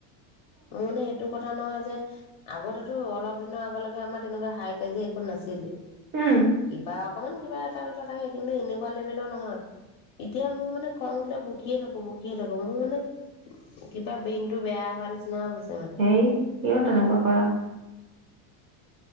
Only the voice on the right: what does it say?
উম
সেই কিয় তেনেকুৱা কৰা